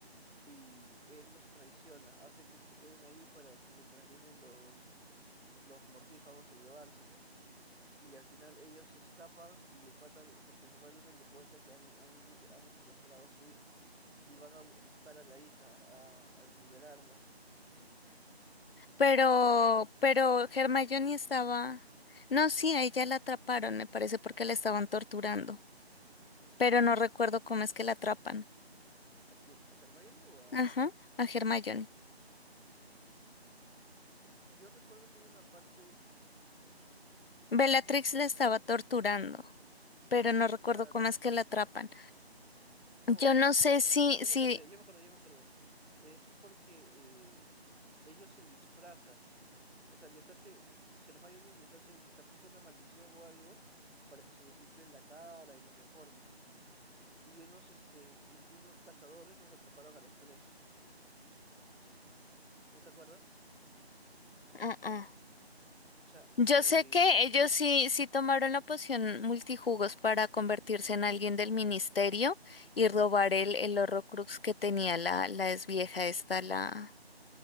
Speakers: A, on the right; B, on the left.
A: y él los traiciona, hace que se queden ahí para mientras vienen los, los mortífagos a llevárselo. Y al final ellos se escapan y el pata, porque el papá del uno le cuenta que han, han, han secuestrado a su hija y van a bu- buscar a la hija, a, a liberarla.
B: Pero,
A: Ya,
B: pero Hermione estaba. No, sí, a ella la atraparon, me parece, porque la estaban torturando. Pero no recuerdo cómo es que la atrapan.
A: ¿a quién? ¿A Hermione o a...?
B: Ajá, a Hermione.
A: Yo recuerdo que hay una parte
B: Bellatrix la estaba
A: donde...
B: torturando, pero no recuerdo
A: Claro.
B: cómo es que la atrapan.
A: No,
B: Yo no
A: ya,
B: sé si,
A: ya
B: si.
A: me acordé, ya me acordé, ya me acordé. Es porque eh, ellos se disfrazan. O sea, les hace, les, Hermione les hace, les aplica una maldición o algo para que se les infle la cara y los deforme. y unos, este, unos cazadores los atraparon a los tres. ¿No te acuerdas?
B: uh, uh.
A: O sea,
B: Yo
A: eh,
B: sé que ellos sí, sí tomaron la poción multijugos para convertirse en alguien del ministerio y robar el, el Horrocrux que tenía la, la ex vieja esta, la,